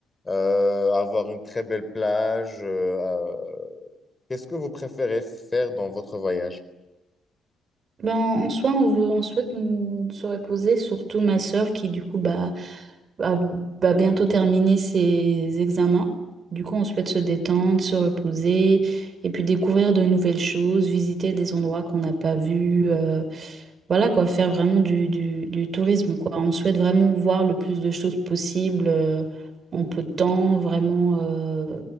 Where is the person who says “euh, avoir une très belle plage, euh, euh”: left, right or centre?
Left